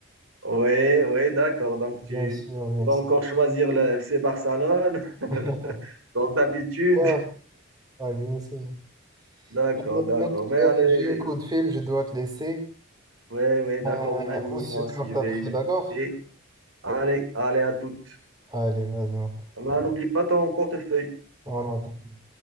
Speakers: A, on the right; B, on the right.
A: Oui, oui, d'accord. Donc,
B: Bien
A: tu,
B: sûr, bien
A: tu vas
B: sûr.
A: encore choisir le FC Barcelone, <laughs>
B: <laughs>
A: comme d'habitude.
B: Ah, ouais, bien sûr.
A: D'accord,
B: Mais,
A: d'accord.
B: mec,
A: Mais
B: euh,
A: allez,
B: j'ai un coup de fil, je dois te laisser.
A: oui, oui, d'accord,
B: Euh,
A: mon ami.
B: on se
A: Moi
B: capte
A: aussi, je vais,
B: après,
A: je
B: d'accord?
A: vais quitter. Allez, allez, à toutes.
B: Allez, vas-y, mon frère.
A: Ah, ben, N'oublie pas ton portefeuille.
B: Non, non, t'inquiète,